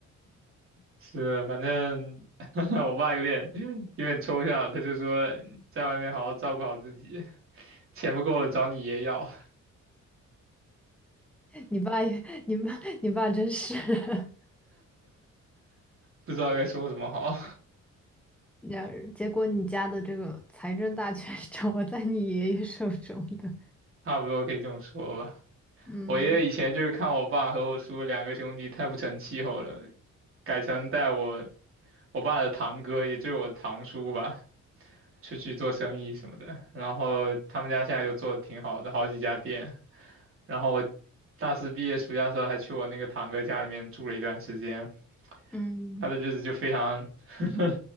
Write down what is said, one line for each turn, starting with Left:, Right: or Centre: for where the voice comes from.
Right: 是，反正 <laughs> 我爸有点有点抽象，他就说在外面好好照顾好自己，钱不够了找你爷要，
Centre: 你爸也，你爸，你爸真是 <laughs>
Right: 不知道该说什么好，
Centre: 那结果你家的这个财政大权 <laughs> 是掌握在你爷爷手中的。
Right: <laughs> 差不多可以这么说吧。
Centre: 嗯
Right: 我爷爷以前就是看我爸和我叔两个兄弟太不成气候了，改成带我我爸的堂哥，也就是我堂叔吧，出去做生意什么的。然后他们家现在就做的挺好的，好几家店。然后我大四毕业暑假的时候还去我那个堂哥家里面住了一段时间，
Centre: 嗯，
Right: 他的日子就非常 <laughs>